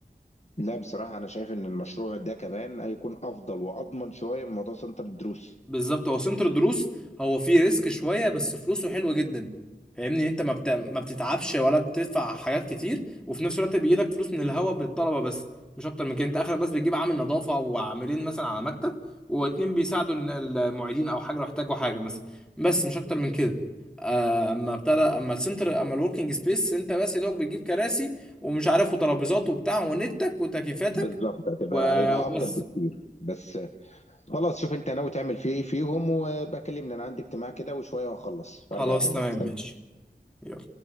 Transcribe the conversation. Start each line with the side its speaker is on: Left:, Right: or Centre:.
Left: لا بصراحة أنا شايف إن المشروع ده كمان هيكون أفضل وأضمن شوية من موضوع سنتر الدروس
Centre: بالظبط هو سنتر دروس هو فيه ريسك شويه بس فلوسه حلوه جدا فاهمني انت ما بت... ما بتتعبش ولا بتدفع حاجات كتير وفي نفس الوقت بيجيلك فلوس من الهوا بالطلبه بس مش اكتر من كده انت اخرك بس بتجيب عامل نظافه وعاملين مثلا على مكتب واتنين بيساعدوا ال- المعيدين او حاجه لو احتاجوا حاجه مثلا بس مش اكتر من كده آه، اما ابتدى اما السنتر اما الوركينج سبيس انت بس يا دوب بتجيب كراسي ومش عارف وترابيزات وبتاع ونتك وتكييفاتك
Left: بالظبط هتبقى
Centre: و-
Left: هيبقى
Centre: وبس
Left: أفضل بكتير بس خلاص شوف أنت ناوي تعمل فيه إيه فيهم وبكلمني أنا عندي اجتماع كده وشوية وأخلص
Centre: خلاص
Left: وأرجع أكلمك
Centre: تمام ماشي يلا.